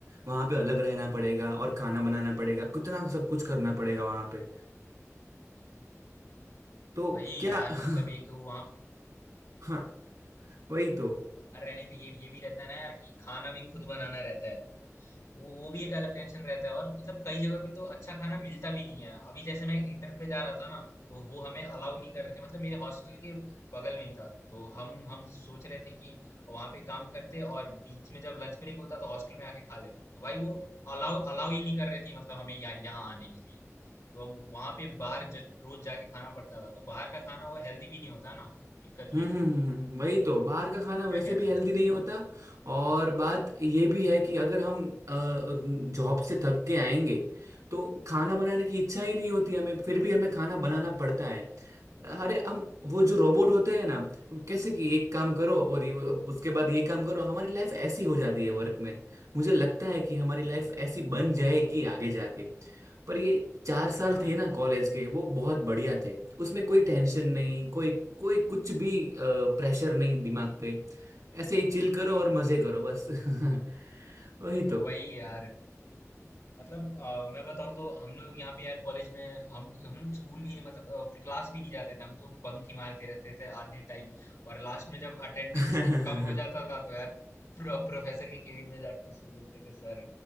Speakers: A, on the right; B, on the left.
A: वहां पे अलग रहना पड़ेगा और खाना बनाना पड़ेगा कितना सब कुछ करना पड़ेगा वहां पे तो
B: वही
A: क्या
B: यार मतलब एक
A: <laughs>
B: वहाँ
A: हाँ वही तो
B: पर रहने पे ये ये भी रहता है ना यार कि खाना भी खुद बनाना रहता है तो वो भी एक अलग टेंशन रहता है और मतलब कई जगह पे तो अच्छा खाना मिलता भी नहीं है अभी जैसे मैं इंटर्न पे जा रहा था ना तो वो हमें अलाउ नहीं कर रहे थे मतलब मेरे हॉस्टल के बगल में ही था तो हम हम सोच रहे थे कि वहाँ पे काम करते और बीच में जब लंच ब्रेक होता तो हॉस्टल में आके खा लेते तो भाई वो अलाउ अलाउ ही नहीं कर रही थी मतलब हमें यहाँ यहाँ आने के लिए तो अब वहाँ पे बाहर ज, रोज जाके खाना पड़ता था तो बाहर का खाना वो हेल्दी भी नहीं होता ना दिक्कत
A: हम्म
B: ये
A: हम्म,
B: है
A: हम्म, हम्म। वही तो बाहर का खाना वैसे
B: क्या कहते
A: भी हेल्दी
B: हो
A: नहीं होता और बात ये भी है कि अगर हम जॉब से थक के आएंगे तो खाना बनाने की इच्छा ही नहीं होती हमें फिर भी हमें खाना बनाना पड़ता है अरे हम वो जो रोबोट होते हैं ना वो कैसे कि एक काम करो और ये- उसके बाद ये काम करो हमारी लाइफ ऐसी हो जाती है वर्क में मुझे लगता है कि हमारी लाइफ ऐसी बन जाएगी आगे जाके पर ये चार साल
B: हाँ
A: थे ना कॉलेज के वो बहुत बढ़िया थे उसमें कोई टेंशन नहीं कोई कोई कुछ भी प्रेशर नहीं दिमाग पे ऐसे ही चिल करो और मजे करो बस <laughs> वही तो
B: वही यार मतलब अ, मैं बताऊं तो हम लोग यहाँ पे यार कॉलेज में हम हम लोग स्कूल भी मतलब अ, क्लास भी नहीं जाते थे हम तो बंक ही मारते रहते थे आधे टाइम और लास्ट में जब अटेंडेंस
A: <laughs>
B: कम हो जाता था तो यार प्रो, प्रोफेसर के केबिन में जाके उससे बोलते थे सर